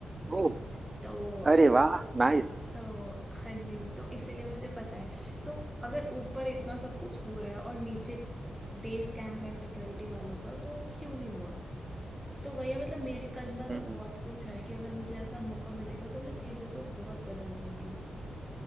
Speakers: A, on the right; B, in the centre.
A: ओ
B: तो
A: अरे वाह नाइस
B: तो हाँ जी तो इसीलिए मुझे पता है तो अगर ऊपर इतना सब कुछ हो रहा है और नीचे बेस कैंप है सिक्योरिटी वालों का तो क्यों नहीं हुआ तो वही है, मतलब मेरी कल्पना
A: हम्म,
B: तो बहुत
A: हम्म।
B: कुछ है कि अगर मुझे ऐसा मौका मिलेगा तो मैं चीजें तो बहुत बदल दूंगी